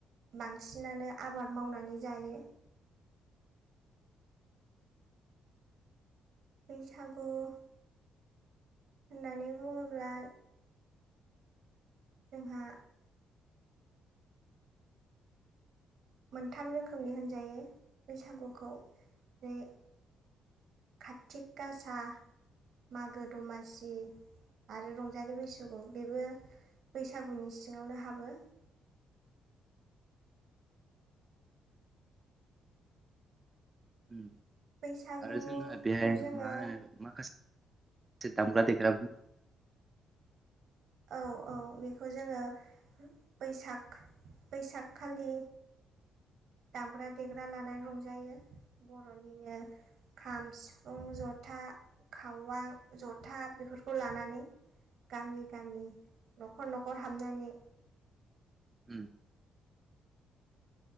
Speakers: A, on the right; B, on the right.
A: बांसिनानो आबाद मावनानै जायो। बैसागु होननानै बुङोब्ला जोंहा मोनथाम रोखोमनि होनजायो बैसागुखौ बे कातिक गासा मागो दमासि आरो रंजालि बैसागु बेबो बैसागुनि सिङावनो हाबो।
B: उम
A: बैसागुखौ
B: आरो जोंहा बेहाय
A: जोङो
B: मा होनो माखासे दामग्रा देग्राफोरबो
A: औ औ बेखौ जोङो बैसाग बैसागखालि दामग्रा देग्रा लानानै रंजायो बर'निनो खाम सिफुं जथा खावां जथा बेफोरखौ लानानै। गामि गामि न'खर न'खर हाबनानै।
B: उम।